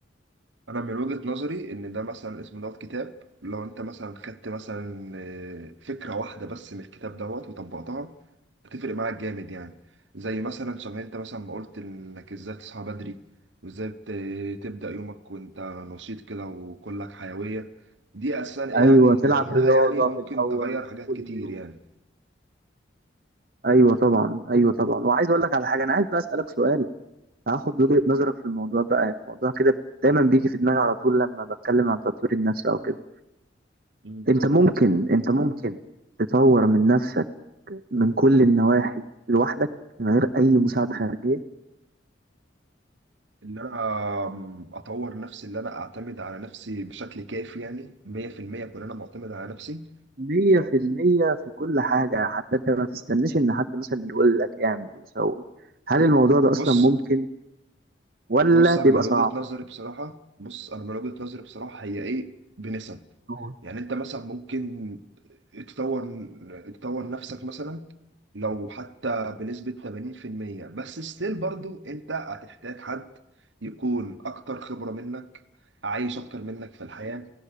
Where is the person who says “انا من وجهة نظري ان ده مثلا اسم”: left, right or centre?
Right